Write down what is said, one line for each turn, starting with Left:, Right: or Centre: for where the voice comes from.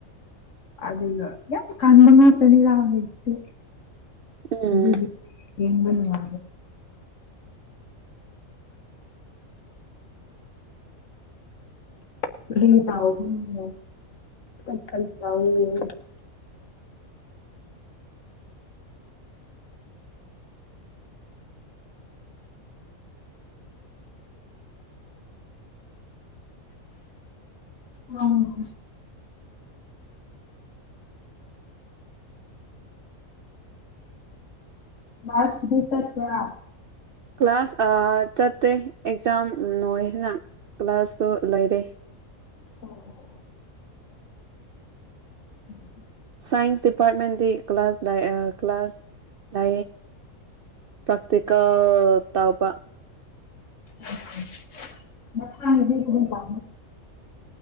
Left: ꯑꯗꯨ ꯀꯟꯕ ꯉꯥꯇꯅꯤ ꯂꯛꯇꯦ
Right: ꯎꯝ
Left: ꯑꯗꯨꯗꯤ ꯌꯦꯡꯕꯅ ꯃꯥ ꯎ ꯎ ꯀ ꯎ ꯎꯝ ꯃꯥꯁꯗꯤ ꯆ ꯊꯔꯥ
Right: ꯀ꯭ꯂꯥꯁ ꯆꯠꯇꯦ ꯑꯦꯛꯖꯥꯝ ꯅꯣꯏ ꯍꯥꯏꯅ ꯀ꯭ꯂꯥꯁꯁꯨ ꯂꯩꯣꯏꯔꯦ
Left: ꯑꯣ ꯎꯝ
Right: ꯁꯥꯏꯟꯁ ꯗꯤꯄꯥꯔꯠꯃꯦꯟꯗꯤ ꯀ꯭ꯂꯥꯁ ꯂ ꯀ꯭ꯂꯥꯁ ꯂ ꯄꯀ꯭ꯀ ꯇꯥꯎꯕ
Left: ꯑꯣ ꯃꯊꯥꯡꯗꯤ ꯀ ꯇꯥ